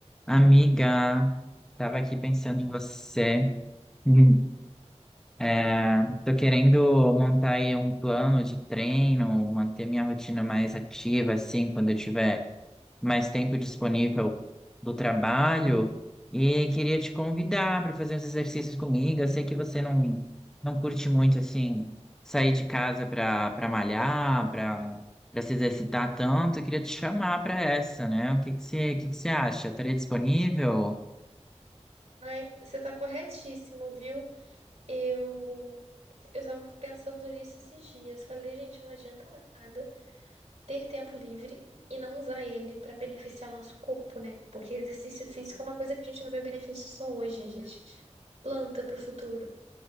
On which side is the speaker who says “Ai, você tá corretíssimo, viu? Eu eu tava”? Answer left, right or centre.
Right